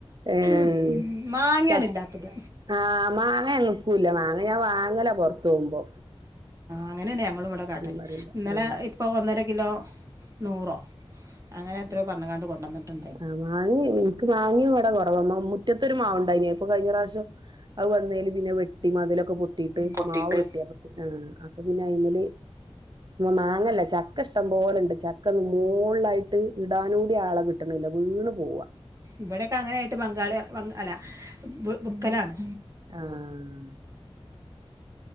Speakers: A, on the right; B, on the right.
A: ഏഹ്
B: ഉം മാങ്ങ്യാണ്
A: ചക്ക്
B: ഇല്ലാത്തത്.
A: ആഹ് മാങ്ങ നിക്കൂല്ല മാങ്ങ ഞാ വാങ്ങല പൊറത്തോവ്മ്പോ
B: അങ്ങനെന്നെ ഞങ്ങളൂവടെ കാട്ടല്
A: പറയുമ്പോ
B: ഇന്നലെ
A: ആഹ്
B: ഇപ്പോ ഒന്നര കിലോ നൂറോ അങ്ങനെ എത്രോ പറഞ്ഞ്ങ്ങാണ്ട് കൊണ്ടോന്ന്ട്ട്ണ്ട്
A: ആഹാ മാങ്ങി ഇനിക്ക് മാങ്ങിം ഇവടെപ്പ കൊറവാ മുറ്റത്തൊരു മാവ്ണ്ടായിനി ഇപ്പൊ കഴിഞ്ഞറാശ്യം അയ് വന്നേല് പിന്നെ അയ് വെട്ടി മതിലൊക്കെ പൊട്ടിട്ട്
B: പൊട്ടിയിട്ട്
A: മാവ് വെട്ടി ആഹ് അപ്പൊ പിന്നെ അയിമല് മാങ്ങല്ല ചക്ക ഇഷ്ടം പോലെണ്ട് ചക്ക മോള്ളായിട്ട് ഇടാനൂടി ആളെ കിട്ട ട്ട്ണില്ല വീണ് പോ ഉവ്വ
B: ഇവിടെക്കെ അങ്ങനെ ആയിട്ട് ബംഗാളി ബം അല്ല വി വിക്കലാണ്
A: ആഹ്